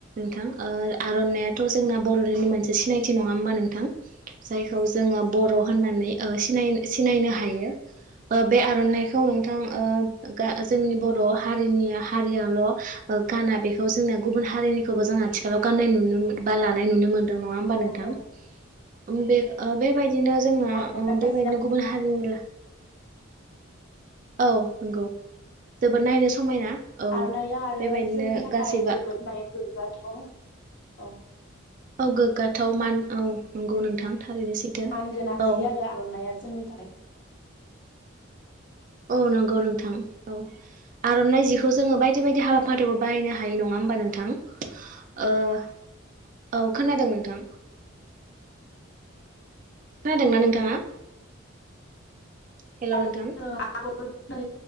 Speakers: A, on the right; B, on the left.
A: थां आर'नाइयाथ' जोंना बर'निनो मोनसे सिनायथि नङा होमबा नोंथां जाय खौ जोङो बर' होननानै ओ सिनाय सिनायनो हायो। ओ बे आर'नाइखौ नोंथां ओ गा जोंनि बर' हारिनि हारियाल' ओ गाना बेखौ जोंना गुबुन हारिनि खौबो जों आथिखालाव गाननाय नुनो मोन बा लानाय नुनो मोन्दों नङा होमबा
B: औ
A: नोंथां।
B: औ
A: उम बे ओ बेबायदिनो जोंना
B: आर'नाइ
A: ओ बेबायदिनो गुबुन हारिनिब्ला औ नंगौ जोबोद नायनो समायना औ
B: आर'नाया आरो
A: बेबायदिनो
B: जोंनि थाखाय
A: गासैबो
B: जोबोद माने गोग्गाथाव औ
A: औ गोग्गाथाव मान औ नंगौ नोंथां। थारैनो सैथो
B: मान गोनां
A: औ
B: जि आरो आर'नाइया जोंनि थाखाय
A: औ नंगौ नोंथां औ आर'नाइ जिखौ जोङो बायदि बायदि हाबाफारियावबो बाहायनो हायो नङा होमबा नोंथां ओ औ खोनादों नोंथां खोनादोंना नोंथाङा? हेलौ नोंथां
B: <inaudible> <unintelligible> थ'